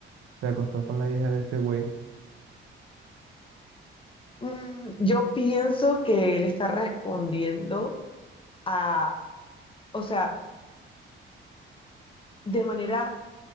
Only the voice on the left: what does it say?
Mm, yo pienso que él está respondiendo a, o sea, de manera